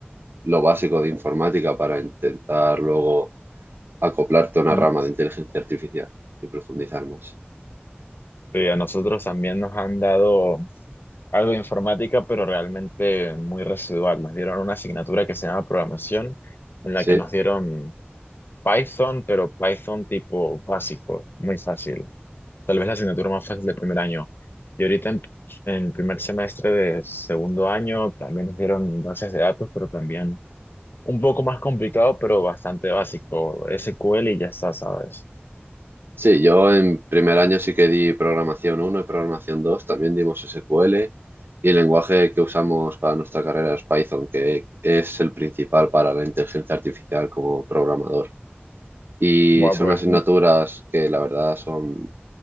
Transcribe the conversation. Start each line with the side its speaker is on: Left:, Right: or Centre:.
Right: lo básico de informática para intentar luego acoplarte a una
Left: Ujú.
Right: rama de inteligencia artificial y profundizar más.
Left: Sí, a nosotros también nos han dado algo de informática, pero realmente muy residual. Nos dieron una asignatura que se llama programación, en
Right: ¿Sí?
Left: la que nos dieron Python, pero Python tipo básico, muy fácil. Tal vez la asignatura más fácil del primer año. Y ahorita en, en primer semestre de segundo año también nos dieron bases de datos, pero también un poco más complicado, pero bastante básico. SQL y ya está, ¿sabes?
Right: Sí, yo en primer año sí que di programación uno y programación 2. también dimos SQL y el lenguaje que usamos para nuestra carrera es Python, que es el principal para la inteligencia artificial como programador. Y
Left: Bueno,
Right: son
Left: pues
Right: asignaturas que la verdad son